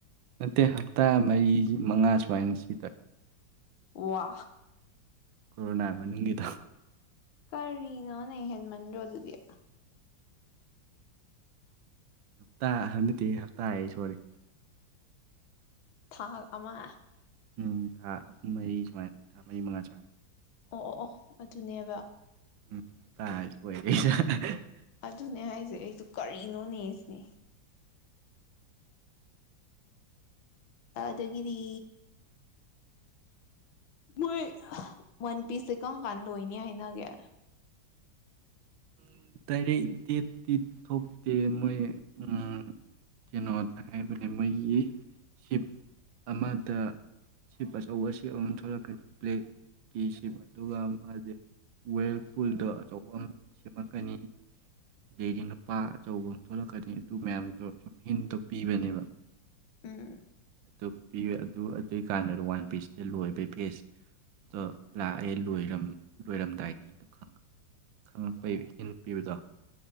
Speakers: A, on the right; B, on the left.
A: ꯅꯠꯇꯦ ꯍꯞꯇꯥ ꯃꯔꯤ ꯃꯉꯥ ꯁꯨꯃꯥꯏꯟ ꯁꯤꯗ
B: ꯋꯥ
A: ꯀꯣꯔꯣꯅꯥ ꯃꯅꯨꯡꯒꯤꯗꯣ
B: ꯀꯔꯤꯅꯣꯅꯦ ꯍꯦꯟꯃꯟꯗꯔꯣ ꯑꯗꯨꯗꯤ
A: ꯍꯞꯇꯥ ꯍꯥꯏꯕ ꯅꯠꯇꯦꯍꯦ ꯍꯞꯇꯥ ꯍꯥꯏ ꯁꯣꯏꯔꯦ
B: ꯊꯥ ꯑꯃ
A: ꯎꯝ ꯊꯥ ꯑꯍꯨꯝ ꯃꯔꯤ ꯁꯨꯃꯥꯏꯅ ꯊꯥ ꯃꯔꯤ ꯃꯉꯥ ꯁꯨꯃꯥꯏꯅ
B: ꯑꯣ ꯑꯣ ꯑꯣ ꯑꯗꯨꯅꯦꯕ
A: ꯎꯝ <unintelligible>
B: ꯑꯗꯨꯅꯦ ꯍꯥꯏꯖꯦ <unintelligible> ꯀꯔꯤꯅꯣꯅꯦ ꯁꯤꯅꯤ ꯑꯗꯒꯤꯗꯤ ꯃꯣꯏ ꯋꯥꯟ ꯄꯤꯁꯁꯤ ꯀꯔꯝꯀꯥꯟ ꯂꯣꯏꯅꯤ ꯍꯥꯏꯅꯒꯦ
A: <unintelligible> <unintelligible> <inaudible> <inaudible> <unintelligible> <unintelligible> <inaudible>
B: ꯎꯝ
A: <inaudible> <inaudible> ꯍꯤꯟ ꯃꯤꯕꯗꯣ